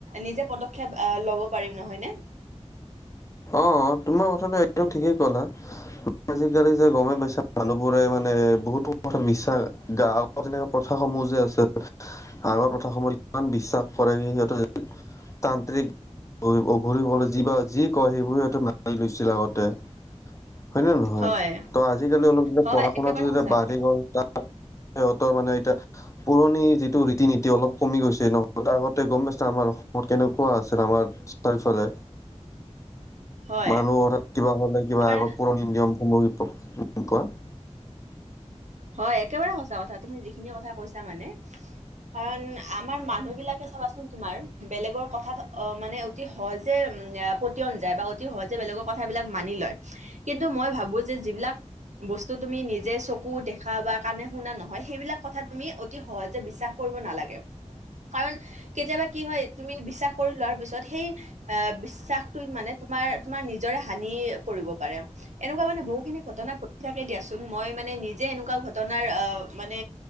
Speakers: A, on the right; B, on the left.
A: নিজে পদক্ষেপ আহ ল'ব পাৰিম নহয় নে?
B: অ', তোমাৰ কথাটো একদম ঠিকেই কলা।
A: <inaudible>
B: আজিকালি যে গমে পাইছা মানুহ বোৰে মানে বহুতো কথা বিশাস গা তেনো প্ৰথাস সমূহ যে আছে, আগৰ প্ৰথাস সমূহ ইমান বিশ্বাস কৰে সিহঁত যে তান্ত্ৰিক অঘৰি সকলে যি বা যি ক সেইবোৰ এইটো মানী লৈছিল আগতে। হয় নে নহয়?
A: হয়।
B: ত' আজিকালি অলপ যেতিয়া
A: হয়
B: পঢ়া শুনাটো
A: একেবাৰে
B: যেতিয়া
A: সঁচা
B: বাঢ়ি
A: কথা।
B: গ'ল তাত সিহঁতৰ মানে এতিয়া পুৰণি যিটো ৰীতি নীতি অলপ কমি গৈছে নহলে ত আগতে গম পাইছা আমাৰ অসমত কেনেকুৱা আছিল আমাৰ চাৰিফালে।
A: হয়।
B: মানুহ অথাৎ কিবা হলে কিবা
A: একেবাৰে
B: আগৰ পুৰণি নিয়মসমূহ কুৱা?
A: হয়, একেবাৰে সঁচা কথা তুমি যিখিনি কথা কৈছা মানে। কাৰণ আমাৰ মানুহ বিলাকে চাবাচোন তোমাৰ, বেলেগৰ কথাত অ, মানে অতি সহজে পতিয়ন যায় বা অতি সহজে বেলেগৰ কথাবিলাক মানি লয়। কিন্তু মই ভাবো যে যিবিলাক বস্তু তুমি নিজ যে চকু দেখা বা কাণে শুনা নহয় সেইবিলাক কথা তুমি অতি সহজে বিশ্বাস কৰিব নালাগে। কাৰণ কেতিয়াবা কি হয় তুমি বিশ্বাস কৰি লোৱাৰ পিছত সেই আহ, বিশ্বাসটো মানে তোমাৰ-তোমাৰ নিজৰে হানি কৰিব পাৰে। এনেকুৱা মানে বহুখিনি ঘটনা ঘটি থাকে দিয়াচোন, মই মানে নিজে এনেকুৱা ঘটনাৰ আহ মানে